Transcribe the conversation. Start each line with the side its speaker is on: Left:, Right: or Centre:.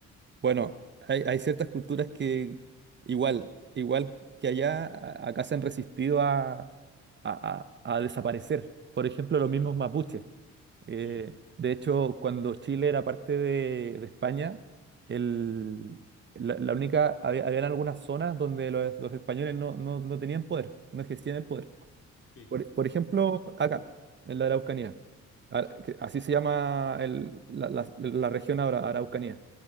Right: bueno, hay, hay ciertas culturas que igual, igual que allá, a- acá se han resistido a, a- a- a desaparecer. Por ejemplo, los mismos
Left: Claro,
Right: mapuches. Eh,
Left: sí,
Right: de hecho, cuando Chile era parte de, de España, el- la, la única, había, habían algunas zonas donde los, los españoles no, no- no tenían poder, no ejercían el poder.
Left: sí,
Right: Por, por ejemplo, acá, en la Araucanía. Ara- que Así se llama el- la, la- la región ahora, Araucanía.